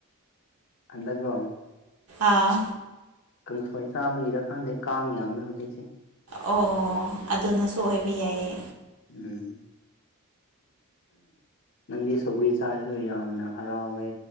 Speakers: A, on the left; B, on the right.
A: ꯍꯟꯗꯒꯂꯣ
B: ꯑꯥ
A: ꯀꯥꯡꯁꯋꯥꯏ ꯆꯥꯕꯒꯤꯔꯀꯥꯟꯗꯦ ꯀꯥꯡ ꯌꯥꯝꯃꯦ ꯍꯧꯖꯤꯛꯁꯦ
B: ꯑꯣ ꯑꯣ ꯑꯗꯨꯅꯁꯨ ꯑꯣꯏꯕ ꯌꯥꯏꯌꯦ
A: ꯎꯝ ꯅꯪꯗꯤ ꯁꯧꯒ꯭ꯔꯤ ꯆꯥꯔꯁꯨ ꯌꯥꯝꯅ ꯍꯔꯥꯎꯋꯦ